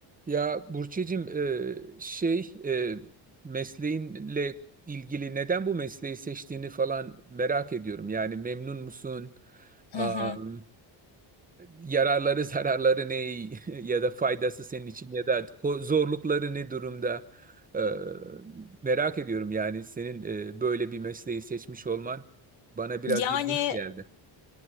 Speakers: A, on the right; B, on the left.
A: Ya Burçecim e, şey e, mesleğinle ilgili neden bu mesleği seçtiğini falan merak ediyorum. Yani memnun musun? Am,
B: Hı hı.
A: yararları zararları ne <laughs> ya da faydası senin için ya da ko- zorlukları ne durumda? E, merak ediyorum yani senin e, böyle bir mesleği seçmiş olman bana biraz
B: Yani
A: ilginç geldi.